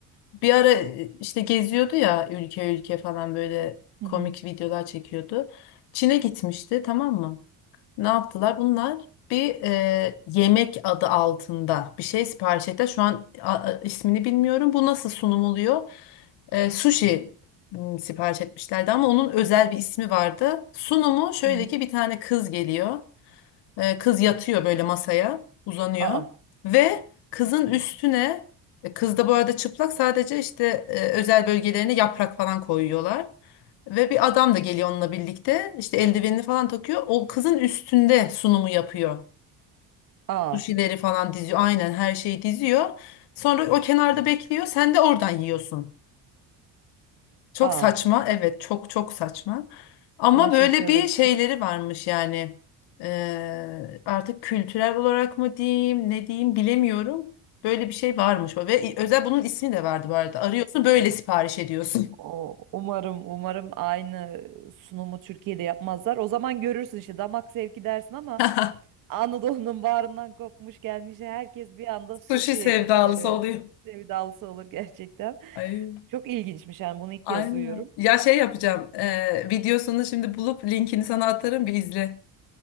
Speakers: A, on the left (about 75°); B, on the right (about 55°).
A: Bir ara e, işte geziyordu ya ülke ülke falan böyle
B: Hı
A: komik
B: hı.
A: videolar çekiyordu. Çin'e gitmişti tamam mı? Ne yaptılar? Bunlar bir e, yemek adı altında bir şey sipariş ettiler. Şu an a- a- ismini bilmiyorum. Bu nasıl sunum oluyor? E, sushi m, sipariş etmişlerdi ama onun özel bir ismi vardı. Sunumu şöyle
B: Hı hı.
A: ki bir tane kız geliyor. E, kız yatıyor böyle masaya, uzanıyor
B: Aa,
A: ve kızın üstüne e, kız da bu arada çıplak sadece işte e, özel bölgelerine yaprak falan koyuyorlar. Ve bir adam da geliyor onunla birlikte. İşte eldivenini falan takıyor. O kızın üstünde sunumu yapıyor.
B: aa,
A: Sushi'leri falan diziyor. Aynen her şeyi diziyor. Sonra o kenarda bekliyor. Sen de oradan yiyorsun. Çok
B: aa.
A: saçma. Evet, çok çok saçma. Ama
B: Buna şaşırdım.
A: böyle bir şeyleri varmış yani. Ee, artık kültürel olarak mı diyeyim, ne diyeyim bilemiyorum. Böyle bir şey varmış. Ve özel bunun ismi de vardı bu arada. Arıyorsun böyle sipariş ediyorsun.
B: O, umarım, umarım aynı sunumu Türkiye'de yapmazlar. O zaman görürsün işte damak zevki dersin ama
A: <laughs>
B: Anadolu'nun bağrından kopmuş gelmiş herkes bir anda sushi
A: Sushi sevdalısı
B: e,
A: oluyor.
B: sevdalısı olur gerçekten.
A: Ay.
B: Çok ilginçmiş yani bunu ilk
A: Aynen.
B: kez duyuyorum.
A: Ya şey yapacağım. e, videosunu şimdi bulup linkini sana atarım bir izle.